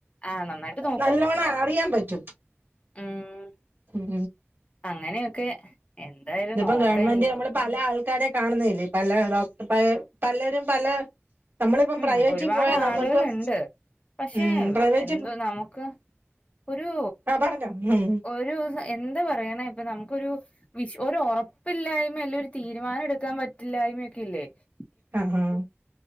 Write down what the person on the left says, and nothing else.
ആഹ് നന്നായിട്ട് നോക്കും
ഉം
അങ്ങനെയൊക്കെ എന്തായാലും
നോക്കാം
ഇനിയിപ്പോ
മ്
ഒരുപാട്
ആളുകൾ ഉണ്ട് പക്ഷെ
എന്തോ നമുക്ക് ഒരു
ഒരു സ എന്ത് പറയണെ ഇപ്പം നമുക്കൊരു വിഷ് ഒരു ഒറപ്പില്ലായ്മല്ലേ ഒരു തീരുമാനം എടുക്കാൻ പറ്റില്ല <unintelligible>